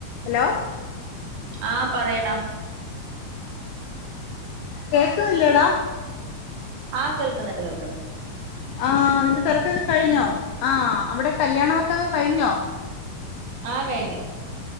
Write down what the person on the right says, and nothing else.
ആഹ് പറയെടാ
ആഹ് കേൾക്കുന്നുണ്ട് കേൾ
ആഹ് കയിഞ്ഞ്